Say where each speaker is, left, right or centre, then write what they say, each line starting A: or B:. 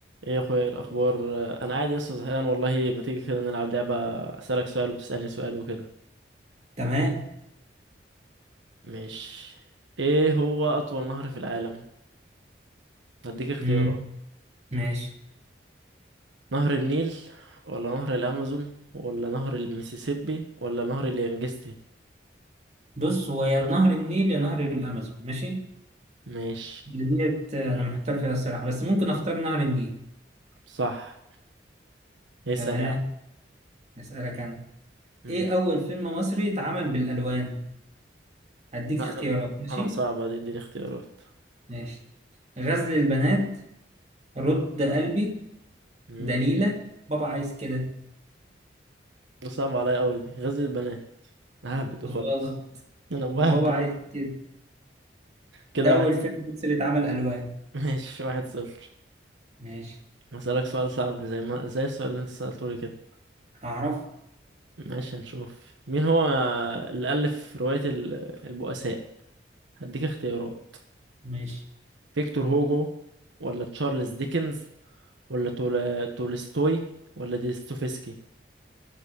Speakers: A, on the right; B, on the right.
A: ايه يا اخويا إيه الاخبار انا قاعد لسه زهقان والله ما تيجي كده نلعب لعبه اسالك سؤال وتسالني سؤال وكده
B: تمام
A: مش ايه هو اطول نهر في العالم هديك اختيارات
B: مم. ماشي
A: نهر النيل ولا نهر الامازون ولا نهر المسيسيبي ولا نهر اليانجستي
B: بص هو يا نهر النيل يا نهر الامازون ماشي
A: ماشي
B: ديت انا محتار فيها الصراحه بس ممكن اختار نهر النيل
A: صح اسال
B: تمام
A: يا عم
B: اسالك انا
A: امم
B: ايه اول فيلم مصري اتعمل بالالوان هديك
A: لا
B: اختيارات
A: لا
B: ماشي
A: اه صعبه دي اديني اختيارات
B: ماشي غزل البنات رد قلبي
A: امم
B: دليلة بابا عايز كده
A: ده صعب عليا قوي دي غزل البنات ههبد وخلاص
B: غلط
A: انا بهبد
B: بابا عايز كده
A: كده
B: ده اول
A: واحد صفر.
B: فيلم مصري اتعمل الوان
A: ماشي واحد صفر
B: ماشي
A: هسألك سؤال صعب زي ما زي السؤال اللي انت سألته لي كده
B: هعرف
A: ماشي هنشوف مين هو اللي ألف رواية ال- البؤساء هديك اختيارات
B: ماشي
A: فيكتور هوجو ولا تشارلز ديكنز ولا تول... تولستوي ولا ديستوفسكي